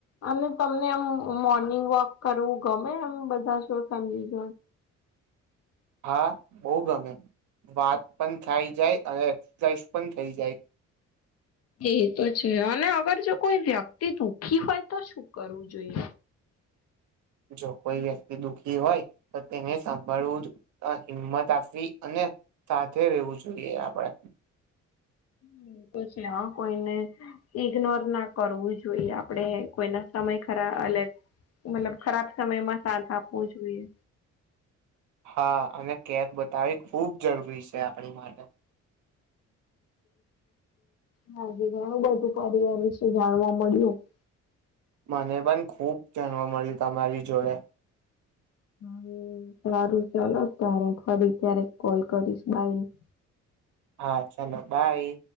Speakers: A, on the left; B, on the right.
A: અને તમને એમ મોર્નિંગ વોક કરવું ગમે એમ બધા જોતા હીજ
B: હા બહુ ગમે વાત પણ થઈ જાય અને એક્સરસાઇઝ પણ થઈ જાય
A: એ તો છે અને અગર જો કોઈ વ્યક્તિ દુઃખી હોય તો શું કરવું જોઈએ
B: જો કોઈ વ્યક્તિ દુખી હોય તો તેને સાભળવું જ હિંમત આપવી અને સાથે રહેેવું જોઈએ આપડે
A: હ પછી હ કોઈને ઈગ્નોર ના કરવું જોઈએ આપડે કોઈને સમય ખરા અલગ મતલબ ખરાબ સમયમાં સાથ આપવો જોઈએ
B: હા અને કેફ બતાવી ખૂબ જરૂરી છે આપણી માટે
A: હા ઘણું બધું પરિવાર વિશે જાણવા મળ્યું <inaudible>
B: મને પણ ખુબ જાણવા મળ્યું તમારી જોડે
A: હુ સારું ચલો તારે ફરી ત્યારે કોલ કરીશ બાઈ <inaudible>
B: હા ચાલો બાય